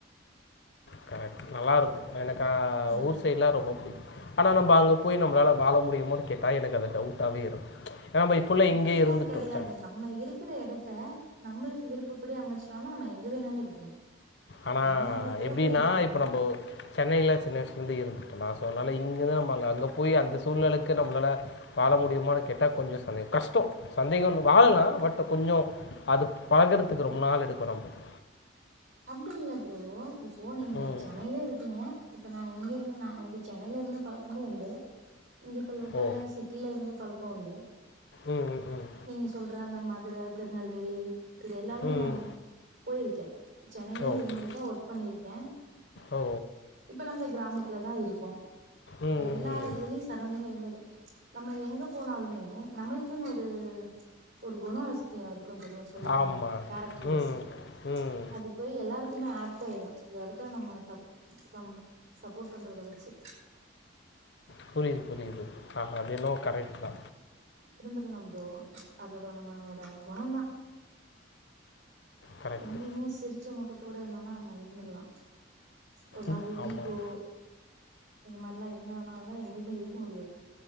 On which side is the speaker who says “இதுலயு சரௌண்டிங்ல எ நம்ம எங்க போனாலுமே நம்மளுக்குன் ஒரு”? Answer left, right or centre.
Right